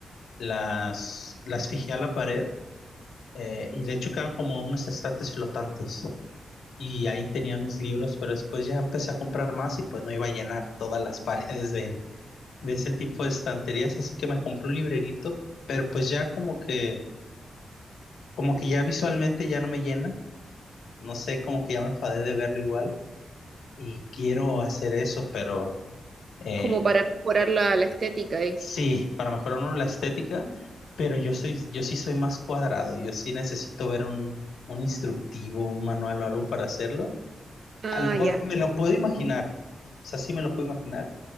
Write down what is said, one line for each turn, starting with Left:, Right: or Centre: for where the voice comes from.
Left: las, las fijé a la pared eh, y de hecho quedan como unos estantes flotantes. Y ahí tenía mis libros, pero después ya empecé a comprar más y pues no iba a llenar todas las <laughs> paredes de de ese tipo de estanterías, así que me compré un librerito, pero pues ya como que, como que ya visualmente ya no me llena, no sé, como que ya me enfadé de verlo igual y quiero hacer eso, pero eh,
Right: como para mejorar la, la estética ahí.
Left: sí, para mejorar uno la estética, pero yo soy, yo sí soy más cuadrado, yo sí necesito ver un, un instructivo, un manual o algo para hacerlo.
Right: Ah,
Left: A lo mejor
Right: ya.
Left: me lo puedo imaginar, o sea, sí me lo puedo imaginar,